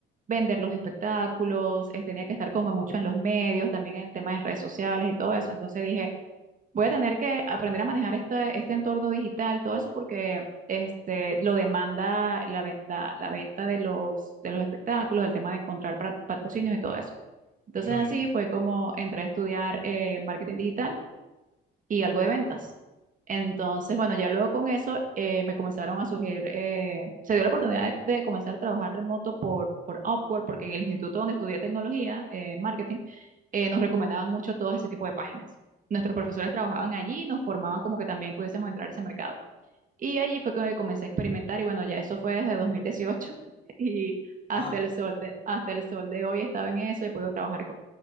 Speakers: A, on the right (about 40°); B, on the left (about 25°).
A: vender los espectáculos, eh, tenía que estar como mucho en los medios, también en el tema de redes sociales y todo eso. Entonces dije, voy a tener que aprender a manejar este, este entorno digital, todo eso porque este, lo demanda la, ven- la, la venta de los, de los espectáculos, el tema de encontrar pra- patrocinios y todo eso. Entonces
B: Lo mismo.
A: así fue como entré a estudiar eh, marketing digital y algo de ventas. Entonces, bueno, ya luego con eso eh, me comenzaron a surgir, eh, se dio la oportunidad de, de comenzar a trabajar remoto por, por Upwork, porque en el instituto donde estudié tecnología, eh, marketing, eh, nos recomendaban mucho todo ese tipo de páginas. Nuestros profesores trabajaban allí y nos formaban como que también pudiésemos entrar a ese mercado. Y allí fue que comencé a experimentar y bueno, ya eso fue desde 2018 <laughs> y
B: Wow.
A: hasta el sol de, hasta el sol de hoy he estado en eso, he podido trabajar